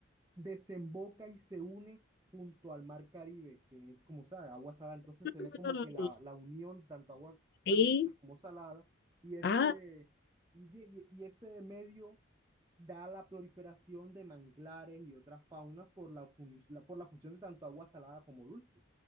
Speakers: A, on the right (about 20°); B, on the left (about 50°).
A: desemboca y se une junto al mar Caribe, que es como, sabe, agua salada. Entonces
B: Mm,
A: se ve como que la, la unión, tanto agua sa-
B: Sí.
A: dulce como salada, y ese,
B: Ah,
A: y, y ese medio da la proliferación de manglares y otras faunas por la, fun- la- por la función de tanto agua salada como dulce.